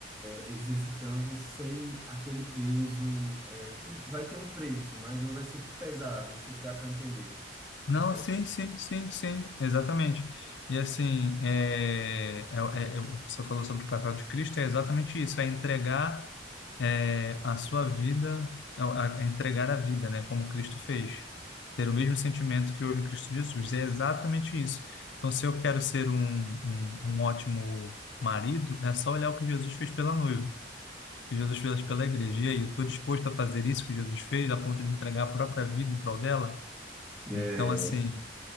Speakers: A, in the centre; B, on the left.
A: exercitando sem aquele peso eh, que vai ter um preço, mas não vai ser pesado. Não sei se dá para entender. o
B: não,
A: que Eu quero...
B: sim, sim, sim, sim, exatamente. E, assim, é, é, é- é- você falou sobre o papel de Cristo, é exatamente isso, é entregar é, a sua vida, é, a, a entregar a vida, né, como Cristo fez. Ter o mesmo sentimento que houve em Cristo Jesus. É exatamente isso. Então, se eu quero ser um, um, um ótimo marido, é só olhar o que Jesus fez pela noiva, o que Jesus fez pela igreja. E aí, eu estou disposto a fazer isso que Jesus fez, a ponto de entregar a própria vida em prol dela?
A: É,
B: Então, assim.